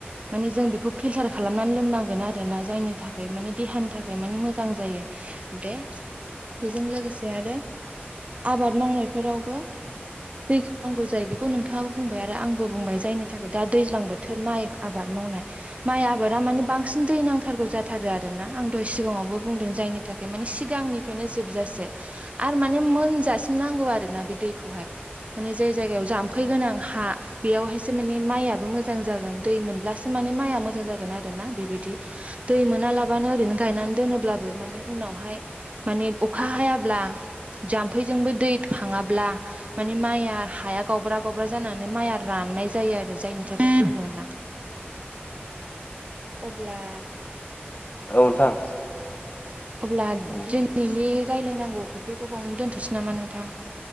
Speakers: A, on the right; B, on the left.
A: माने जों बेखौ फिल्टार खालामनानै लोंनांगोन आरोना जायनि थाखाय माने देहानि थाखाय माने मोजां जायो बे बेजों लोगोसे आरो आबाद मावनायफोरावबो दैखौ नांगौ जायो बेखौ नोंथाङाबो बुंबाय आरो आंबो बुंबाय जायनि थाखाय दा दैज्लां बोथोर माइ आबाद मावा माइ आबादा माने बांसिन दै नांथारगौ जाथारो आरोना आं दहाय सिगाङावबो बुंदों जायनि थाखाय माने सिगांनिफ्रायनो जोबजासे आरो माने मोनजासिम नांग नांगौ आरोना बे दैखौहाय माने जाय जायगायाव जाम्फै गोनां हा बेयावहायसो माने माइयाबो मोजां जागोन दै मोनब्लासो माने माया मोजां जागोन आरोना बिबायदि दै मोनालाबानो ओरैनो माइया गायनानै दोनोब्लाबो माने उनावहाय मानि अखा हायाब्ला जामफैजोंबो दै थाङाब्ला माने माइआ हाया गावब्रा गावब्रा जानानै माइआ राननाय जायो आरो जायनि थाखाय मोना अब्ला
B: औ नोंथां
A: अब्ला
B: औ
A: दिनैनि रायलायनांगौथ' बे गोबाव दोनथ'सै नामा नोंथां